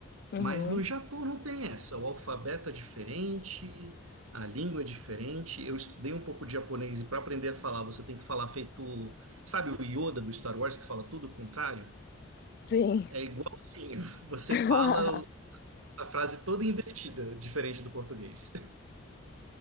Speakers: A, on the left; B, on the right.
A: Uhum,
B: Mas no Japão não tem essa. O alfabeto é diferente, a língua é diferente. Eu estudei um pouco de japonês e para aprender a falar, você tem que falar feito, sabe, o Yoda do Star Wars que fala tudo o contrário?
A: sim.
B: É igual assim, <laughs> você
A: <laughs>
B: fala a frase toda invertida, diferente do português.